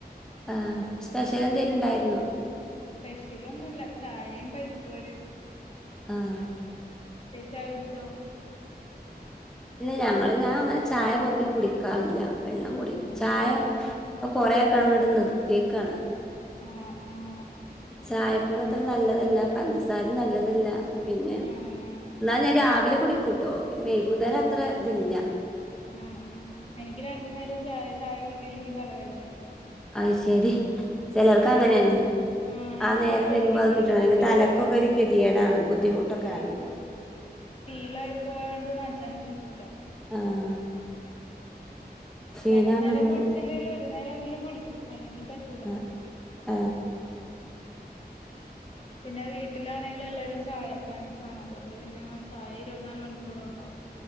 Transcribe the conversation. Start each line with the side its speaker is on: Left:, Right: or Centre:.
Centre: ആഹ്, സ്പെഷ്യലെന്തേലുണ്ടായിരുന്നോ.
Left: സ്പെഷ്യലെന്നുല്ല. ചായയും പരിപ്പ് വടെം.
Centre: ആഹ്.
Left: നീ ചായുടിച്ചോ.
Centre: ഞങ്ങള് ഞാ അങ്ങനെ ചായ പൊതുവെ കുടിക്കാറില്ല. വെള്ളം കുടി
Left: ആഹ്
Centre: ചായ. പ്പൊ, കൊറെക്കെങ്ങണ്ട് നിർത്തീക്കാണ്.
Left: ആഹ് ആഹ്.
Centre: ചായപ്പൊടി അത്ര നല്ലതെല്ല. പഞ്ചസാരിം നല്ലതെല്ല. പിന്നെ
Left: ആഹ്
Centre: ന്നാ ഞാൻ രാവിലെ കുടിക്കൂട്ടോ പിന്നെ വൈകുന്നേരം അത്രതില്ല.
Left: ആഹ് ആഹ് എനിക്ക് രണ്ടു നേരം ചായ, ചായ, കിട്ടിയില്ലെങ്കിൽ തലവേദന എടുക്കും.
Centre: അയാ ശെരി ചെലർക്ക് അങ്ങനെണ്.
Left: ആഹ്
Centre: ആ
Left: ഇത്
Centre: നേരം
Left: പണ്ട് തൊടങ്ങി
Centre: വരുമ്പോ അത്
Left: ശീലിച്ചു
Centre: കിട്ടെണം, ഇല്ലെങ്കി തലക്കൊക്കെ
Left: പോയിട്ടാണ്
Centre: ഒര് കെതിയേടാണ്. ബുദ്ധിമുട്ടൊക്കെ
Left: ആഹ്
Centre: ആയിരിക്കും.
Left: ശീലായി പോയേണ്ട് മാറ്റാനും പറ്റൂല.
Centre: ആഹ് ശീലാണ്
Left: രണ്ടു നേരം
Centre: നമ്മൾ
Left: കുടിച്ചില്ലേലും, ഒരു നേരങ്കിലും, കുടിക്കും. അല്ലെങ്കിൽ പറ്റൂല.
Centre: ആഹ്.
Left: പിന്നെ വീട്ടിലാണെലും എല്ലാരും ചായ ഫാൻസാണ് അതേണ്ട് പിന്നാ.. ചായ ഇരുപത്തിനാല് മണിക്കൂറു ണ്ടാവും.